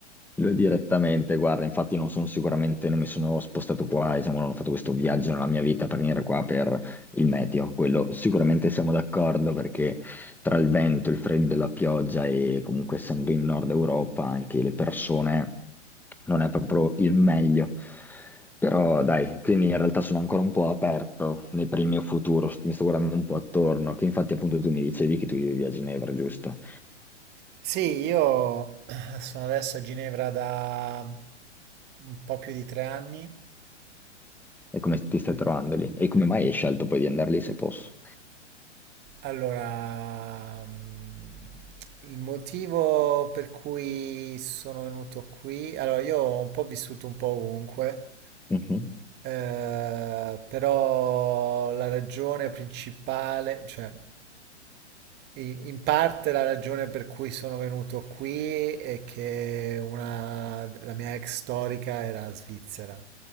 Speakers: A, in the centre; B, on the right.
A: Lo è direttamente, guarda, infatti non sono sicuramente, non mi sono spostato qua, diciamo, non ho fatto questo viaggio nella mia vita per venire qua per il meteo, quello sicuramente siamo d'accordo perché tra il vento, il freddo e la pioggia e comunque essendo in Nord Europa anche le persone non è proprio il meglio. Però dai, quindi in realtà sono ancora un po' aperto nel- per il mio futuro, st- mi sto guardando un po' attorno, che infatti appunto tu mi dicevi che tu vivi a Ginevra, giusto?
B: Sì, io sono adesso a Ginevra da un po' più di tre anni
A: E come ti stai trovando lì? E come mai hai scelto poi di andare lì se posso?
B: Allora, mm, il motivo per cui sono venuto qui, allora io ho un po' vissuto un po' ovunque,
A: Mhm.
B: eh, però la ragione principale, cioè i- in parte la ragione per cui sono venuto qui è che una, la mia ex storica era svizzera.